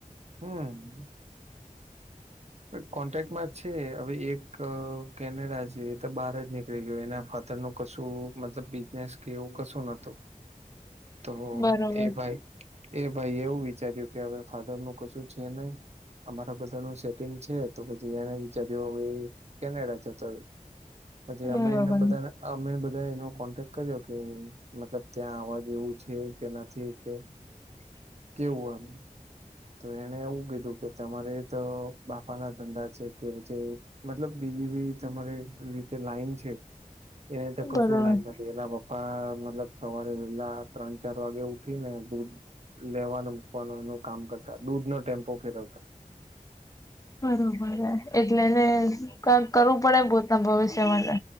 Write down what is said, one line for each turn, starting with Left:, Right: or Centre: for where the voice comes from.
Right: હમ્મ. કોન્ટેક્ટમાં જ છે. હવે એક કેનેડા છે તો બાર જ ને ગયો એના ફાથર નું કશું મતલબ બિઝનેસ કે એવું કશું નતો તો
Left: બરોબર
Right: એ ભાઈ એ ભાઈ એવું વિચાર્યું કે હવે ફાધર નું કશું છે નહી અમારા બધા નુ છે. છે તો પછી એને વિચાર્યું કેનેડા જતો રહ્યો. પછી
Left: બરોબર
Right: અમે એને બધાને અમે બધા એનો કોન્ટેક્ટ કર્યો કે મતલબ ત્યાં અવાજ એવું છે કે નથી કે
Left: <inaudible>
Right: કેવું એમ તો એને એવું કીધું કે તમારે તો બાપા ના ધંધા છે કે પછી મતલબ બીજી બી તમારે રીતે લાઈન છે. એને તોર કશું
Left: બરોબર
Right: લાઈન લે બેના પપ્પા મતલબ સવારે વેલા ત્રણ ચાર વાગે ઉઠી ને દૂધ લેવાનું મૂકવાનું એનું કામ કરતા દૂધ નો ટેમ્પો ફેરવતા.
Left: બરોબર એટલેને ક કરવું પડે પોતના ભવિષ્ય માટે.